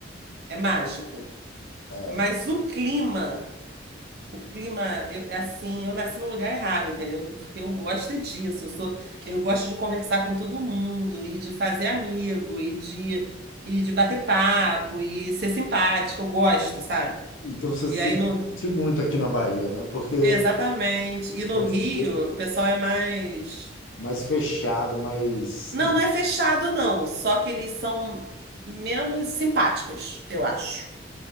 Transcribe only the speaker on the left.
é.
Então você se
sente muito aqui na Bahia, né? Porque
você
é
mais fechado, mais.